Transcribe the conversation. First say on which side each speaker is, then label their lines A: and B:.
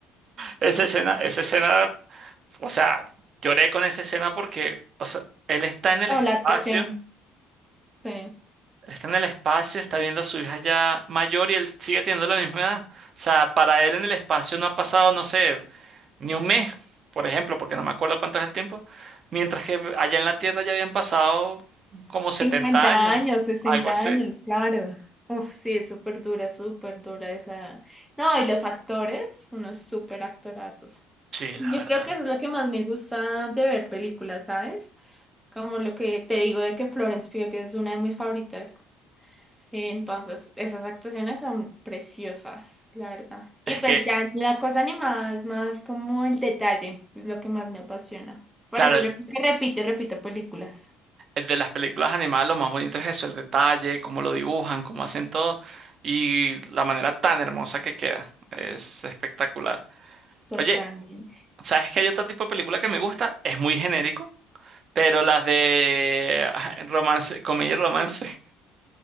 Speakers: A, on the right; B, in the centre.
A: Esa
B: sí.
A: escena, esa escena, o sea, lloré con esa escena porque, o sea, él está en el
B: No,
A: espacio,
B: la actuación. Sí.
A: está en el espacio, está viendo a su hija ya mayor y él sigue teniendo la misma edad. O sea, para él en el espacio no ha pasado, no sé, ni un mes, por ejemplo, porque no me acuerdo cuánto es el tiempo, mientras que allá en la Tierra ya habían pasado como
B: cincuenta
A: 70 años,
B: años, 60
A: algo así.
B: años, claro. Uf, sí, es súper dura, súper dura esa. No, y los actores, unos súper actorazos.
A: Sí,
B: Yo
A: la verdad.
B: creo que eso es lo que más me gusta de ver películas, ¿sabes? Como lo que te digo de que Florence Pugh es una de mis favoritas. Eh, Entonces, esas actuaciones son preciosas, la verdad.
A: Es
B: Y pues
A: que,
B: ya la cosa animada es más como el detalle, es lo que más me apasiona. Por
A: claro,
B: eso
A: el,
B: yo creo que repito y repito películas.
A: el de las películas animadas lo más bonito es eso, el detalle, cómo lo dibujan, cómo hacen todo y la manera tan hermosa que queda. Es espectacular.
B: Totalmente.
A: Oye, ¿sabes que hay otro tipo de película que me gusta? Es muy genérico, pero las de ah, romance, comedia y romance. <laughs>